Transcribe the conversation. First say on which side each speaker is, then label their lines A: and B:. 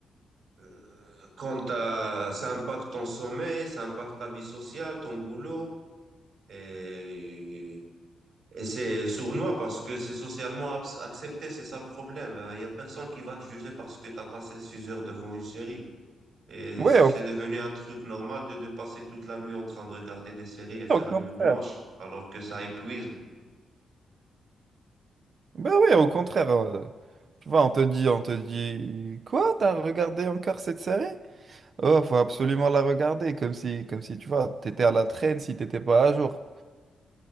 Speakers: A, on the right (about 70°); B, on the right (about 55°).
A: euh, quand t'as- ça impacte ton sommeil, ça impacte ta vie sociale, ton boulot. Et Et c'est sournois parce que c'est socialement abs- accepté, c'est ça le problème. hein. Il y a personne qui va te juger parce que t'as passé six heures devant une série. Et
B: Ouais,
A: c'est
B: au,
A: devenu un truc normal de, de passer toute la nuit en train de regarder des séries et faire
B: au contraire.
A: une nuit blanche, alors que ça épuise.
B: Ben ouais, au contraire. euh, tu vois, on te dit, on te dit, quoi, t'as regardé encore cette série? Oh, faut absolument la regarder, comme si, comme si, tu vois, t'étais à la traîne si t'étais pas à jour.